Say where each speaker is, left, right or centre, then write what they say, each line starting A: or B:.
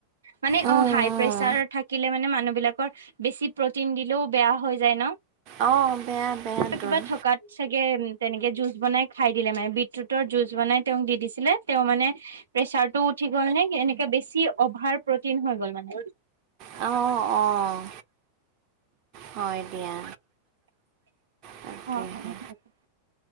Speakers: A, on the right; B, on the right.
A: মানে
B: উম, উম।
A: অ, হাই প্ৰেচাৰ থাকিলে মানে মানুহবিলাকৰ বেছি প্ৰটিন দিলেও বেয়া হৈ যায় ন'?
B: অ, বেয়া-বেয়া তোৰ।
A: কিবা থকাত চাগে উম, তেনেকে জুচ বনাই খাই দিলে মানে বিটৰুটৰ জুচ বনাই তেওঁক দি দিছিলে তেওঁ মানে প্ৰেচাৰটো উঠি গ'ল নে এনেকে বেছি অভাৰ প্ৰটিন হৈ গল মানে
B: অ', অ', হয় দিয়া। তাকেহে
A: অ', অ', সেইটোৱে।